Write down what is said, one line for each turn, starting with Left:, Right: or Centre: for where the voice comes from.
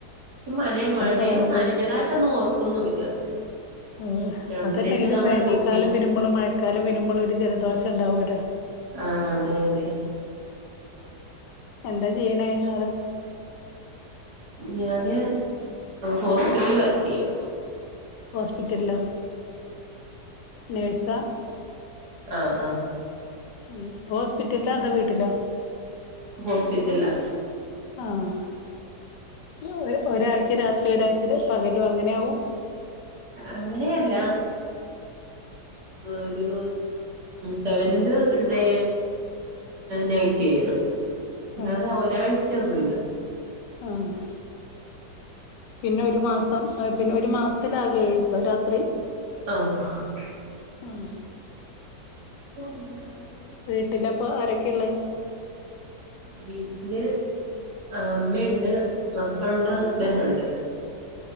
Right: പക്ഷെ മന മഴയ
Left: തുടങ്ങുമ്പോഴും
Right: നനഞ്ഞതായിട്ടൊന്നും ഓർക്കുന്നുല്ല
Left: ഏഹ്
Right: ഒന്ന്
Left: അതല്ലെങ്കിലും
Right: രണ്ട് തവണ
Left: വേനൽക്കാലം
Right: തുമ്മി
Left: വരുമ്പോഴും മഴക്കാലം വരുമ്പോഴും ഒരു ജലദോഷം ഉണ്ടാവൂല്ലോ
Right: ആ അതെ അതെ
Left: എന്താ ചെയ്യണേ ആള്
Right: ഞാന് ഹോസ്പിറ്റലിൽ വർക്ക് യ്യാ
Left: ഹോസ്പിറ്റൽലാ നേഴ്സാ
Right: ആ ആ
Left: ഉം ഹോസ്പിറ്റലില അതോ വീട്ടിലോ
Right: ഹോസ്പിറ്റൽലാ
Left: ആഹ് <unintelligible> ഒരാഴ്ച രാത്രി ഒരാഴ്ചയിൽ പകലും അങ്ങനെയാവും
Right: അങ്ങനെയല്ല ഒരു സെവന്ത് ഡേ നൈറ്റ് ചെയ്യണം അല്ലാതെ
Left: ആഹ്
Right: ഒരാഴ്ച- ഇല്ല ഒന്നുമില്ല
Left: ആഹ് പിന്നെ ഒരു മാസം- പിന്നെ ഒരു മാസത്തില ആകേ ഏഴ് ദിവസം രാത്രി
Right: ആഹ്
Left: ആഹ്
Right: <unintelligible>
Left: വീട്ടിലപ്പൊ ആരൊക്കെയള്ളേ
Right: വീട്ടില് അമ്മയുണ്ട് മക്കളുണ്ട് ഹസ്ബൻറ് ഉണ്ട്